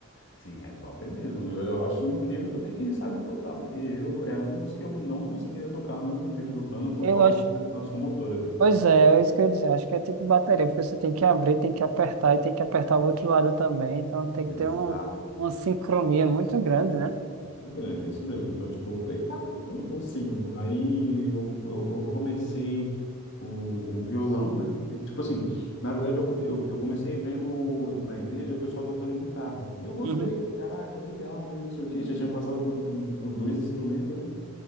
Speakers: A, on the left; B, on the right.
A: sim, é top mesmo. Eu, eu acho incrível também quem sabe tocar, porque eu é um dos que eu não conseguiria tocar, não me vejo tocando por
B: Eu
A: falta
B: acho.
A: de coordenação motora, velho.
B: Pois é, é isso que eu ia dizer. Acho que é tipo bateria, porque você tem que abrir, tem que apertar e tem que apertar o outro lado também. Então tem que
A: Exato.
B: ter um, uma sincronia muito grande, né?
A: Muito grande, é isso mesmo. Então, tipo, eu falei, cara, eu não consigo. Aí eu, eu, eu comecei o, o violão, né? E, tipo assim, na verdade, eu, come, eu, eu comecei vendo na igreja o pessoal tocando guitarra. E eu gostei,
B: Uhum.
A: falei, caraca, legal, né? Não sei o quê. Já tinha passado por, por por dois instrumentos, né?